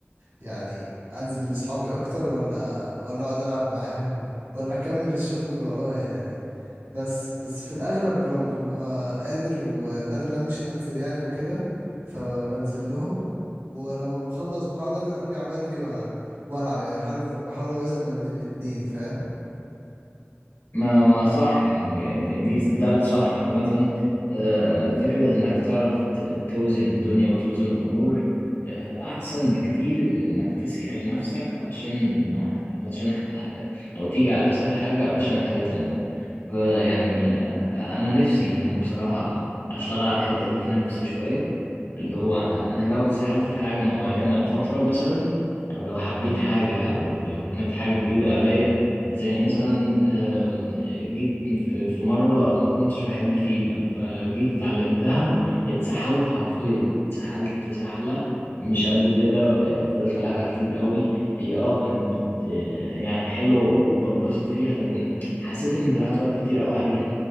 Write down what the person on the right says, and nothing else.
يعني انزل لاصحابي اكتر ولا ولا اقعد العب معاهم ولا اكمل الشغل اللي ورايا يعني بس بس في الاغلب لما ببقى قادر وقادر امشي انزل يعني وكده فبنزل لهم ولما بخلص بحاول انزل ارجع بدري و... والعب يعني بحاول بحاول اوازن ما بين الاتنين فاهم